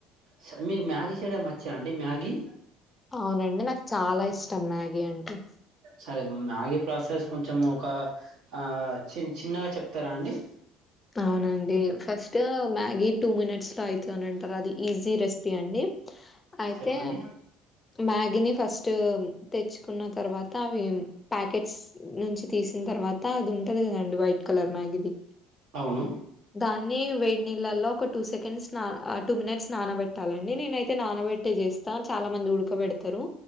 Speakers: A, on the right (about 65°); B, on the left (about 25°).
A: సరే మీకు మ్యాగీ చేయడం వచ్చా అండి మ్యాగీ
B: అవునండి నాకు చాలా ఇష్టం మ్యాగీ అంటె
A: సరే మ్యాగీ ప్రాసెస్ కొంచెం ఒక ఆ చి చిన్నగా చెప్తారా అండి
B: అవునండి ఫస్ట్ మ్యాగీ టూ మినిట్స్ లో అవుతు అనింటారు అది ఈజీ రెసిపీ అండి అయితే
A: చెప్పండి
B: మ్యా దిన్ని ఫస్ట్ తెచ్చుకున్న తర్వాత అవి ప్యాకెట్స్ నుంచి తీసిన తర్వాత అది ఉంటది కదండి వైట్ కలర్ మ్యాగది
A: అవును
B: దాన్ని వేడి నీళ్ళల్లో ఒక టూ సెకండ్స్ నా టూ మినిట్స్ నానబెట్టాలండి నేనైతే నానబెట్టే చేస్తా చాలా మంది ఊడకబేడతారు